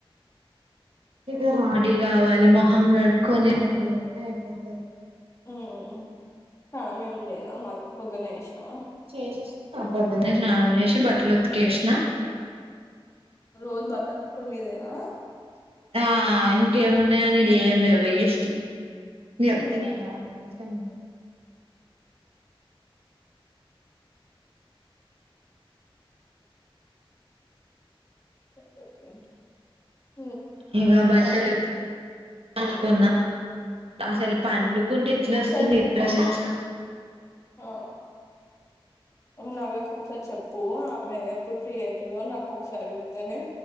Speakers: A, on the right; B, on the left.
A: ఇగ రడీ కావాలి మొహం గడుకొని రెడీ అయితే అయిపోతది
B: హ్మ్ స్నానం ఎం లేదా మ పొద్దున్నే చేసినవ
A: చేసేసిన పొద్దున్నే స్నానం చేసి బట్టలు ఉతికెసిన
B: రోజు బట్టలు ఉతుకుడు మీదేనా
A: అ ఇంకేమున్నాయ ఈడేం లేవు వేస్ట్ నీను చెప్తాలేనా
B: హ్మ్
A: మోసం చెస్
B: త <inaudible>
A: ఇగ బట్టెలు ఉత్కి పండుకున్న అసల్ పండు కుంటే ఎట్లవస్తుంది
B: ఒకసారి
A: నిద్ర తెలుసా
B: ఆ నవ్యకు ఒకసారి చెప్పు ఆమె ఎప్పుడు ఫ్రీ అవుతుందో నాకు ఒకసారి చెప్తేనే